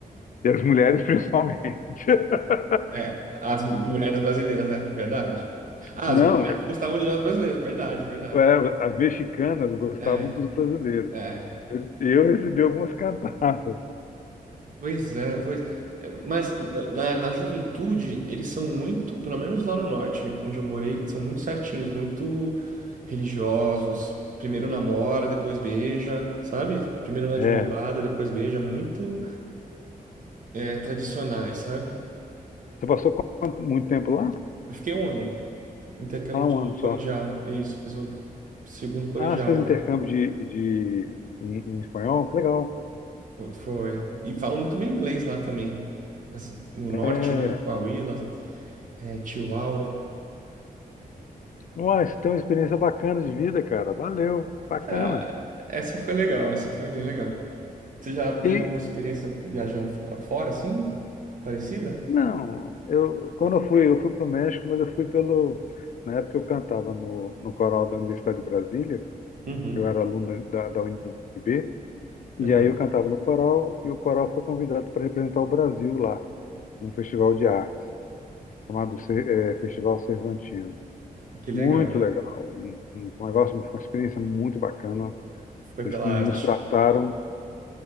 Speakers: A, on the left (about 60°); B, on the right (about 60°).
A: E as mulheres principalmente. <laughs>
B: É, as mulheres brasileiras, né? Verdade. Ah,
A: Não,
B: as mulheres gostavam de nós brasileiros, verdade, verdade.
A: é, as mexicanas gostavam
B: É,
A: dos brasileiros.
B: é.
A: Eu, eu recebi algumas cantatas.
B: Pois é, pois. é, Mas eh, na, na juventude, eles são muito, pelo menos lá no norte, onde eu morei, são muito certinhos, muito religiosos. Primeiro namora, depois beija, sabe? Primeiro anda
A: É.
B: de mão dada, depois beija, muito é, tradicionais, sabe?
A: Você passou quanto- muito tempo lá?
B: Eu fiquei um ano, intercâmbio
A: Ah, um
B: de
A: ano só.
B: colegial, é isso, fiz o segundo colegial
A: Ah, você fez
B: lá.
A: intercâmbio de, de, em, em espanhol? Que legal.
B: Foi. foi. E falam muito bem inglês lá também. Nessa- no norte,
A: É.
B: né? Coahuila, é, Chihuahua.
A: Uai, você tem uma experiência bacana de vida, cara. Valeu, bacana.
B: Ah, essa foi legal, essa foi bem legal. Você já teve
A: E,
B: alguma experiência viajando pra fora, assim? Parecida?
A: não, eu, quando eu fui, eu fui para o México, mas eu fui pelo. Na época eu cantava no, no coral da Universidade de Brasília.
B: Uhum.
A: eu era aluno da, da UNB, e
B: Aham.
A: aí eu cantava no coral, e o coral foi convidado para representar o Brasil lá, num festival de artes, chamado Cer- eh, Festival Cervantino.
B: Que
A: Muito
B: legal.
A: legal, um, um negócio, uma experiência muito bacana.
B: Foi
A: Eles
B: pela
A: nos
B: arte.
A: trataram